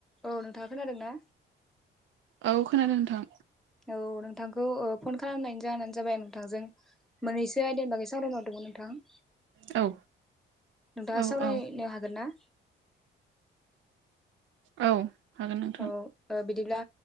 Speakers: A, in the centre; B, on the right.
A: औ नोंथा खोनादों ना
B: औ खोनादों नोंथां
A: औ नोंथांखौ फन खालामनाय जानो जाबाय आं नोंथांजों मोनैसो आयदानि बागै सावरायनो हरदोंमोन नोंथां
B: औ
A: नोंथाङा
B: औ
A: सावरायनो
B: औ
A: हागोन ना?
B: औ हागोन नोंथां
A: औ ओ बिदिब्ला